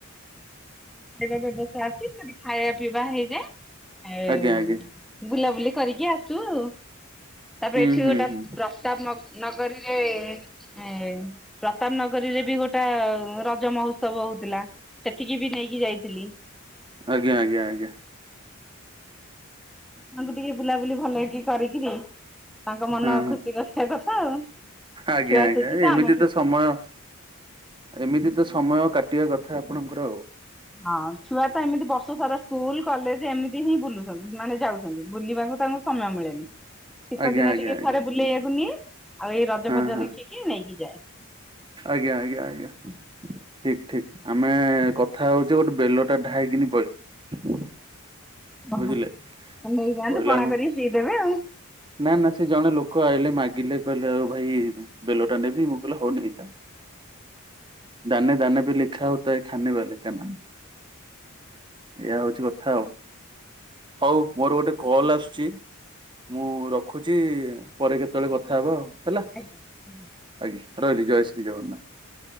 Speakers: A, in the centre; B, on the right (about 25°).
A: ଖାଇବା ବ୍ୟବସ୍ଥା ଅଛି ସେଠି ଖାଇବା ପିଇବା ହେଇଯାଏ ଆଉ
B: ଆଜ୍ଞା ଆଜ୍ଞା
A: ବୁଲାବୁଲି କରିକି ଆସୁ ତାପରେ
B: ହୁଁ
A: ଏଠି
B: ହୁଁ
A: ଗୋଟେ
B: ହୁଁ।
A: ପ୍ରତାପ ନଗରୀରେ ଏ ପ୍ରତାପ ନଗରୀରେ ବି ଗୋଟା ରଜ ମହୋତ୍ସବ ହଉଥିଲା। ସେଥିକି ବି ନେଇକି ଯାଇଥିଲି।
B: ଆଜ୍ଞ ଆଜ୍ଞା ଆଜ୍ଞା
A: ତାଙ୍କୁ ଟିକେ ବୁଲାବୁଲି ଭଲକି କରି କିରି। ତାଙ୍କ ମନ
B: ହଁ ହଁ
A: ଖୁସି କରିବା କଥା ଆଉ
B: ଆଜ୍ଞା
A: ଛୁଆ
B: ଆଜ୍ଞା
A: ଖୁସି ତ
B: ଏମିତି
A: ଆମେ ଖୁସି।
B: ସମୟ ଏମିତି ତ ସମୟ କାଟିବା କଥା ଆପଣଙ୍କର ଆଉ
A: ହଁ ଛୁଆ ତ ଏମିତି ବର୍ଷ ସାରା ସ୍କୁଲ କଲେଜ ଏମିତି ହିଁ ବୁଲୁଛନ୍ତି ମାନେ ଯାଉଛନ୍ତି ବୁଲିବାକୁ ତାଙ୍କୁ ସମୟ ମିଳେନି। ଶୀତ
B: ଆଜ୍ଞା
A: ଦିନେ
B: ଆଜ୍ଞା
A: ଟିକେ
B: ଆଜ୍ଞା
A: ଥରେ ବୁଲେଇବାକୁ ନିଏ ଆଉ ଏଇ ରଜ
B: ହଁ
A: ଫଜ
B: ହଁ
A: ଦେଖିକି ନେଇକି ଯାଏ।
B: ଆଜ୍ଞା ଆଜ୍ଞା ଆଜ୍ଞା। ଠିକ ଠିକ ଆମେ କଥା ହଉଛେ ଗୋଟେ ବେଲ ଟା ଢାଇକିନି ପଇଲା।
A: ଓହୋ
B: ବୁଝିଲେ
A: ନେଇଯାଆନ୍ତୁ
B: ପଇଲା
A: ପଣା
B: କଣ
A: କରିକି ପିଇ ଦେବେ ଆଉ
B: ନା ନା ସେ ଜଣେ ଲୋକ ଆଇଲେ ମାଗିଲେ କହିଲେ ଆଉ ଭାଇ ବେଲଟା ନେବି ମୁଁ କହିଲେ ହଉ ନେଇଯାଆ। ଦାନେ ଦାନେ ବି ଲେଖା ହୋ ତା ହେ ଖାନେ ୱାଲେ କା ନାମ ଏଇୟା ହଉଚି କଥା ଆଉ ହଉ ମୋର ଗୋଟେ କଲ ଆସୁଚି ମୁଁ ର ଖୁଛି ପରେ କେତେବେଳେ କଥା ହେବା ଆଉ ହେଲା।
A: ଆଜ୍ଞା ଆଜ୍ଞା।
B: ଆଜ୍ଞ ରହିଲି ଜୟ ଶ୍ରୀ ଜଗନ୍ନାଥ।